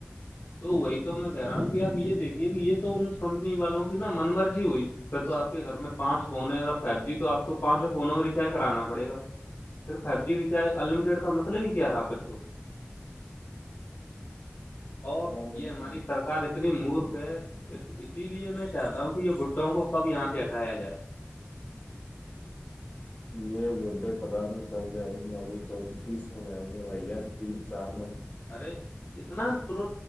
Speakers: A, on the left (about 55°); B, on the left (about 30°).
A: تو وہی تو میں کہہ رہا ہوں کہ آپ یہ دیکھیے کہ یہ تو ان کمپنی والوں کی نا من مرضی ہوئی پھر تو آپ کے گھر میں پانچ فون ہیں اگر فائیو جی تو آپ کو پانچوں فونوں میں ریچارج کرانا پڑے گا پھر فائیو جی ریچارج ان لٹیڈ کا مطلب کہہ رہا پھر تو
B: پتا
A: اور
B: نہیں
A: یہ ہماری سرک کار اتنی مورخ ہے اسی لیے میں چاہتا ہوں کہ یہ بڈھوں کو کب یہاں سے ہٹایا جائے
B: یہ وڈے پدان کر جائیں گے ابھی چوتیس میں جائیں گے بھیا تین سال ہیں
A: ارے اتنا پرو